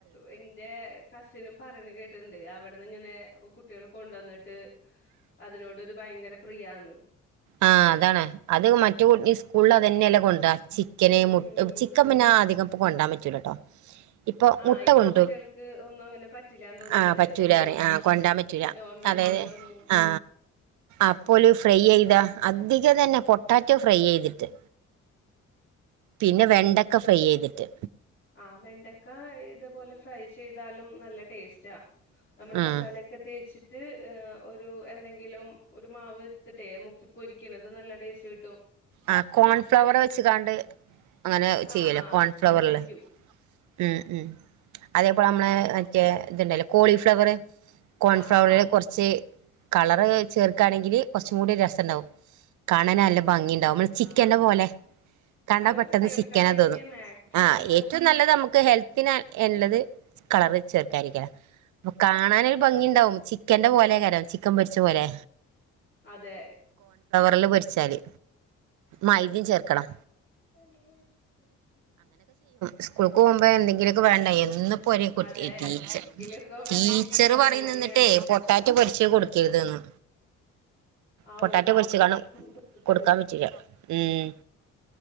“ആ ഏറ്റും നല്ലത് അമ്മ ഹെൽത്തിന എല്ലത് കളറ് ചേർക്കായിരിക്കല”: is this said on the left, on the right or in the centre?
Right